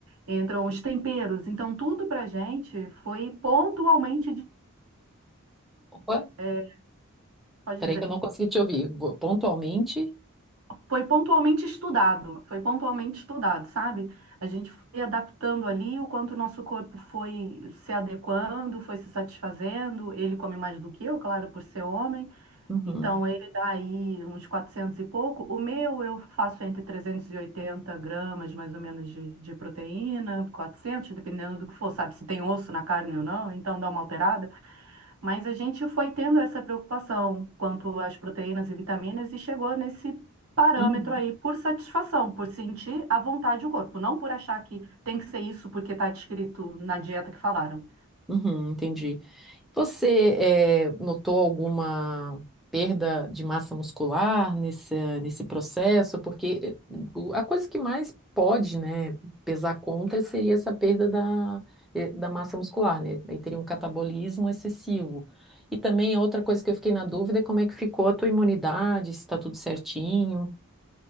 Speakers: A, on the right; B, in the centre.
A: entram os temperos. Então, tudo para a gente foi pontualmente,
B: Opa,
A: é, pode
B: peraí
A: dizer.
B: que eu não consegui te ouvir. Vou- Pontualmente?
A: Foi pontualmente estudado, foi pontualmente estudado, sabe? A gente foi adaptando ali o quanto o nosso corpo foi se adequando, foi se satisfazendo. Ele come mais do que eu, claro, por ser homem.
B: Uhum,
A: Então, ele dá aí uns 400 e pouco. O meu, eu faço entre 380 gramas, mais ou menos, de, de proteína, 400, dependendo do que for, sabe? Se tem osso na carne ou não, então dá uma alterada. Mas a gente foi tendo essa preocupação quanto às proteínas e vitaminas e chegou nesse parâmetro
B: uhum,
A: aí por satisfação, por sentir à vontade o corpo, não por achar que tem que ser isso porque está descrito na dieta que falaram.
B: uhum, entendi. Você eh, notou alguma perda de massa muscular nesse, nesse processo? Porque eh, o- a coisa que mais pode, né, pesar contra seria essa perda da, eh, da massa muscular, né? Aí teria um catabolismo excessivo. E também outra coisa que eu fiquei na dúvida é como é que ficou a tua imunidade, se está tudo certinho.